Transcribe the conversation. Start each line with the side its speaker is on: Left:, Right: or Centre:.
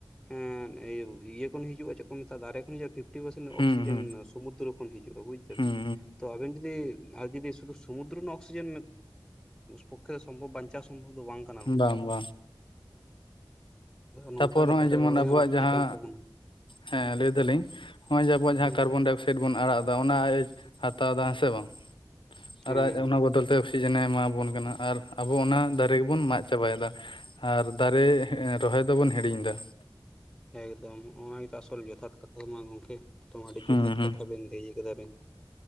Centre: ᱦᱮᱸ ᱤᱭᱟᱹ ᱠᱷᱚᱱ ᱦᱤᱡᱩᱜᱼᱟ, ᱪᱮᱫ ᱠᱚ ᱢᱮᱛᱟᱜᱼᱟ ᱫᱟᱨᱮ ᱠᱷᱚᱱ ᱦᱤᱡᱩᱜᱼᱟ, ᱯᱷᱤᱯ ᱯᱷᱤᱯᱴᱤ ᱯᱟᱨᱥᱮᱱ ᱚᱠᱥᱤᱡᱮᱱ
Left: ᱦᱩᱸ ᱦᱩᱸ
Centre: ᱥᱚᱢᱩᱫᱨᱚ ᱠᱷᱚᱱ ᱦᱤᱡᱩᱜᱼᱟ, ᱵᱩᱡ ᱫᱟᱵᱮᱱ
Left: ᱦᱩᱸ
Centre: ᱾ ᱛᱚ ᱟᱵᱮᱱ ᱡᱩᱫᱤ, ᱟᱨ ᱡᱩᱫᱤ ᱥᱩᱫᱩ ᱥᱚᱢᱩᱫᱨᱚ ᱨᱮᱱᱟᱜ ᱚᱠᱥᱤᱡᱮᱱ ᱯᱚᱴᱷᱮ ᱥᱚᱢᱵᱷᱚᱵ ᱵᱟᱧᱪᱟᱣ ᱥᱚᱢᱵᱷᱚᱵᱚ ᱵᱟᱝ ᱠᱟᱱᱟ ᱜᱚᱝᱠᱮ᱾
Left: ᱵᱟᱝ ᱵᱟᱝ
Centre: ᱱᱚᱝᱠᱟ
Left: ᱛᱟᱯᱚᱨ
Centre: ᱜᱮ
Left: ᱱᱚᱜᱼᱚᱭ
Centre: ᱫᱟᱨᱮ
Left: ᱡᱮᱢᱚᱱ
Centre: ᱨᱚᱦᱚᱭ
Left: ᱟᱵᱚᱣᱟᱜ
Centre: ᱦᱚᱸ ᱞᱟᱹᱠᱛᱤ
Left: ᱡᱟᱦᱟᱸ
Centre: ᱠᱟᱱ ᱛᱟᱵᱚᱱᱟ
Left: ᱦᱮᱸ ᱞᱟᱹᱭ ᱮ ᱫᱟᱞᱤᱧ ᱦᱚᱜᱼᱚᱭ ᱡᱮ, ᱟᱵᱚᱣᱟᱜ ᱡᱟᱦᱟᱸ
Centre: ᱦᱮᱸ
Left: ᱠᱟᱨᱵᱚᱱᱰᱟᱭ ᱚᱠᱥᱟᱭᱤᱰ ᱾ ᱥᱮᱫ ᱵᱚᱱ ᱟᱲᱟᱜ ᱫᱟ, ᱚᱱᱟ ᱟᱡ ᱮ ᱦᱟᱛᱟᱣ ᱮᱫᱟ ᱦᱮᱸ ᱥᱮ ᱵᱟᱝ,
Centre: ᱦᱮᱸ
Left: ᱟᱨ ᱟᱡ ᱚᱱᱟ ᱵᱚᱫᱚᱞ ᱛᱮ ᱚᱠ ᱚᱠᱥᱤᱡᱮᱱ ᱮ ᱮᱢᱟᱵᱚᱱ ᱠᱟᱱᱟ, ᱟᱨ ᱟᱵᱚ ᱚᱱᱟ ᱫᱟᱨᱮ ᱜᱮᱵᱚᱱ ᱢᱟᱜ ᱪᱟᱵᱟᱭᱮᱫᱟ, ᱟᱨ ᱫᱟᱨᱮ ᱨᱚᱦᱚᱭ ᱫᱟᱵᱚᱱ ᱦᱤᱲᱤᱧ ᱫᱟ ᱾
Centre: ᱮᱠᱫᱚᱢ ᱦᱚᱜ ᱚᱭ ᱛᱚ ᱟᱥᱚᱞ ᱡᱚᱛᱷᱟᱛ ᱠᱟᱛᱷᱟ ᱫᱚ ᱢᱟ ᱜᱚᱢᱠᱮ ᱾ ᱛᱚ ᱟᱹᱰᱤ
Left: ᱦᱩᱸ
Centre: ᱡᱚᱛᱷᱟᱛ
Left: ᱦᱩᱸ
Centre: ᱠᱟᱛᱷᱟ ᱵᱤᱱ ᱞᱟᱹᱭ ᱠᱟᱫᱟᱵᱤᱱ ᱾